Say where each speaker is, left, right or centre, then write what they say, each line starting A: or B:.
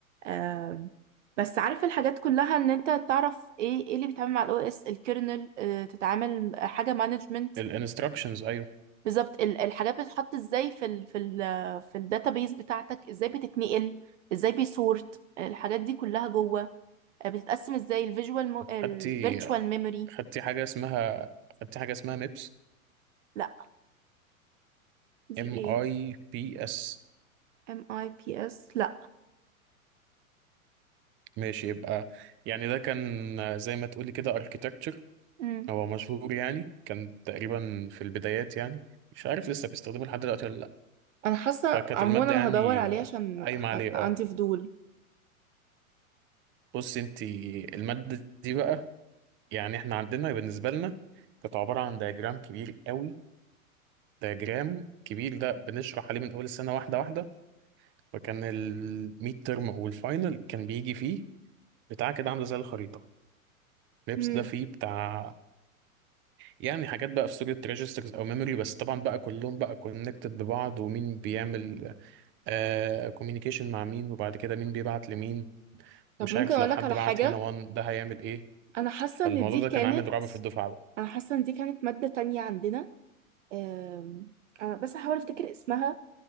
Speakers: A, on the right; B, on the right.
A: آم، بس عارف الحاجات كلها ان انت تعرف ايه ايه اللي بيتعامل مع الاو اس الكيرنل آه، تتعامل حاجه مانجمنت
B: الانستراكشنز ايوه
A: بالظبط ال- الحاجات بتتحط ازاي في ال في ال في الداتابيز بتاعتك ازاي بتتنقل ازاي بيسورت الحاجات دي كلها جوه آه، بتتقسم ازاي الفيجوال الفيرتشوال
B: خدتي
A: ميموري
B: خدتي حاجة اسمها خدتي حاجة اسمها ميبس
A: لا دي
B: ام
A: ايه
B: اي بي اس
A: ام اي بي اس لا
B: ماشي يبقى يعني ده كان زي ما تقولي كده اركيتكتشر
A: امم
B: هو مشهور يعني كان تقريبا في البدايات يعني مش عارف لسه بيستخدمه لحد دلوقتي ولا لا
A: انا حاسه
B: فكانت
A: عموما
B: المادة
A: انا
B: يعني
A: هدور عليه
B: آه،
A: عشان
B: قايمة
A: ح-
B: عليه
A: عندي
B: اه
A: فضول
B: بص انت المادة دي بقى يعني احنا عندنا بالنسبة لنا كانت عبارة عن دياجرام كبير قوي دياجرام كبير ده بنشرح عليه من أول السنة واحدة واحدة فكان الميد ترم أو الفاينل كان بيجي فيه بتاع كده عاملة زي الخريطة لبس
A: امم
B: ده فيه بتاع يعني حاجات بقى في صورة ريجسترز أو ميموري بس طبعا بقى كلهم بقى كونكتد ببعض ومين بيعمل آه كوميونيكيشن مع مين وبعد كده مين بيبعت لمين
A: طب
B: مش
A: ممكن
B: عارف
A: اقولك
B: لو حد
A: على
B: بعت
A: حاجه
B: هنا وان ده هيعمل ايه
A: انا حاسه
B: فالموضوع
A: ان دي
B: ده
A: كانت
B: كان عامل رعب في الدفعة بقى
A: انا حاسه ان دي كانت ماده تانية عندنا أم، أنا بس هحاول افتكر اسمها